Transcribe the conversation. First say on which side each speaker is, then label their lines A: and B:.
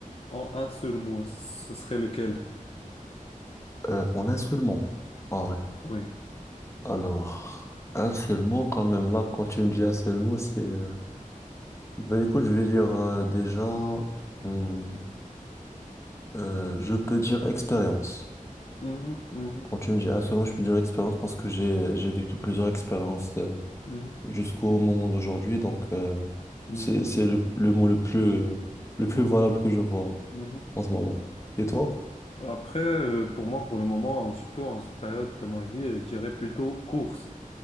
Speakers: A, on the left; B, on the left.
A: en un seul mot, ce serait lequel?
B: Euh, en un seul mot. Ah ouais.
A: Oui.
B: Alors, un seul mot quand même. Là, quand tu me dis un seul mot, c'est... euh, Bah écoute, je vais dire euh, déjà... hum, euh, je peux dire expérience.
A: Mhm, mhm,
B: Quand tu me dis un seul mot, je peux dire expérience parce que j'ai j'ai vécu plusieurs expériences euh,
A: mhm,
B: jusqu'au moment d'aujourd'hui. Donc, euh,
A: mhm,
B: c'est c'est le, le mot le plus, euh, le plus valable que je vois
A: mhm.
B: en ce moment. Et toi?
A: Après, euh, pour moi, pour le moment, surtout en cette période de ma vie, euh, je dirais plutôt course.